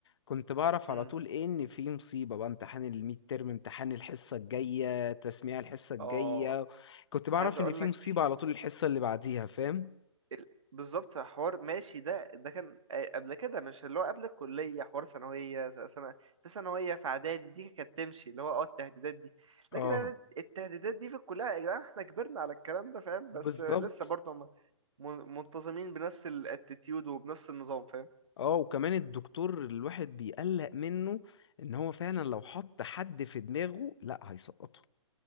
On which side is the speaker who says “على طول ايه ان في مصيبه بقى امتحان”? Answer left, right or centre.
Left